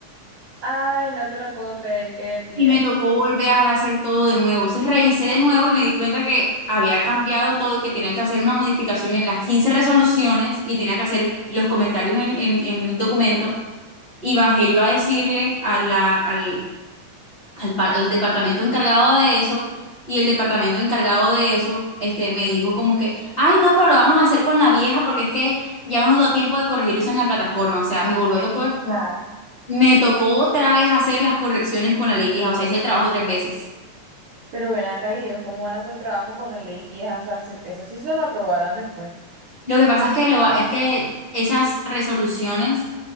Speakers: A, on the right; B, on the left.
A: Ay, no te lo puedo creer. ¿Y qué decía?
B: y me tocó volver a hacer todo de nuevo. Entonces revisé de nuevo y me di cuenta que había cambiado todo y que tenían que hacer una modificación en las 15 resoluciones y tenía que hacer los comentarios en, en en el documento y bajé yo a decirle a la, al, al, par- al departamento encargado de eso y el departamento encargado de eso este, me dijo como que, ay, no, pero lo vamos a hacer con la vieja porque es que ya no nos dio tiempo de corregir eso en la plataforma. O sea, me volvió
A: Qué
B: a tocar,
A: lista.
B: me tocó otra vez hacer las correcciones con la ley vieja, o sea, hice el trabajo tres veces.
A: Pero ven acá y ellos cómo van a hacer el trabajo con la ley vieja. O sea, se- eso sí se lo aprobarán después. O
B: Lo que pasa es que, lo, es que esas resoluciones